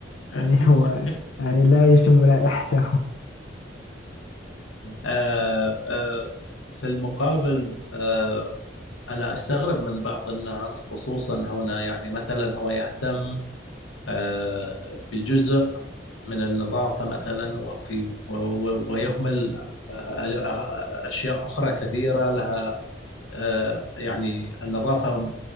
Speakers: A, on the left (about 90°); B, on the left (about 70°).
A: <laughs>
B: يعني هو يعني لا يشم رائحته
A: آه، آه، في المقابل آه، أنا أستغرب من بعض الناس خصوصا هنا يعني مثلا هو يهتم آه، بجزء من النظافة مثلا وفي و- و- ويهمل آه، آه، أشياء أخرى كثيرة لها آه، يعني النظافة